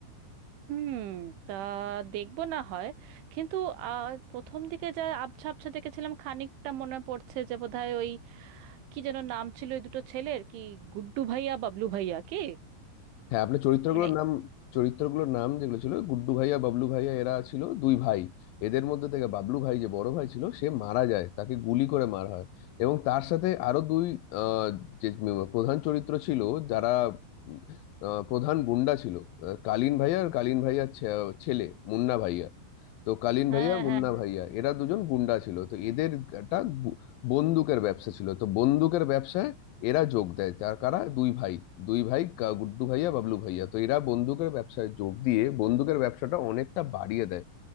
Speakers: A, on the right (about 85°); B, on the left (about 85°).
A: হুম তা দেখবো না হয় কিন্তু আহ, প্রথম দিকে যা আবছা আবছা দেখেছিলাম খানিকটা মনে পড়ছে যে বোধহয় ওই কি যেন নাম ছিল ওই দুটো ছেলের কি গুড্ডু ভাইয়া বাবলু ভাইয়া কি
B: হ্যাঁ আপনার চরিত্রগুলোর
A: মানে
B: নাম চরিত্রগুলোর নাম যেগুলো ছিল গুড্ডু ভাইয়া বাবলু ভাইয়া এরা ছিল দুই ভাই এদের মধ্যে থেকে বাবলু ভাই যে বড় ভাই ছিল সে মারা যায় তাকে গুলি করে মারা হয় এবং তার সাথে আরো দুই আহ, যে প্রধান চরিত্র ছিল যারা উম, আহ, প্রধান গুন্ডা ছিল আহ, কালীন ভাইয়া আর কালীন ভাইয়ার ছে- ছেলে মুন্না ভাইয়া তো কালীন
A: হ্যাঁ
B: ভাইয়া আর মুন্না
A: হ্যাঁ হ্যাঁ
B: ভাইয়া এরা দুজন গুন্ডা ছিল তো এদের একটা বু- বন্দুকের ব্যবসা ছিল তো বন্দুকের ব্যবসায় এরা যোগ দেয় তার কারা দুই ভাই দুই ভাই কা- গুড্ডু ভাইয়া বাবলু ভাইয়া তো এরা বন্দুকের ব্যবসায় যোগ দিয়ে বন্দুকের ব্যবসাটা অনেকটা বাড়িয়ে দেয়